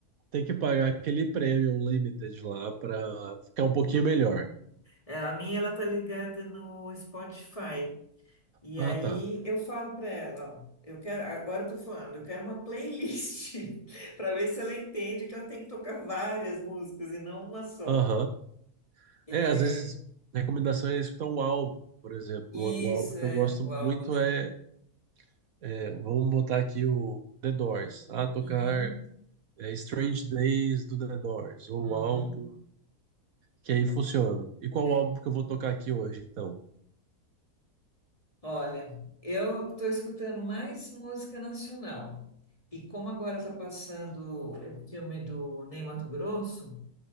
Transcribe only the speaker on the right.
tem que pagar aquele prêmio limited lá para ficar um pouquinho melhor.
Ah,
tá.
Aham.
É, às vezes recomendação é escutar um álbum, por exemplo.
O, o álbum que
eu gosto
muito
é, é, vamos botar aqui o The Doors. Ah, tocar
é, Strange Days do The Doors ou
o álbum Que aí funciona. E qual
álbum que eu vou tocar aqui hoje, então?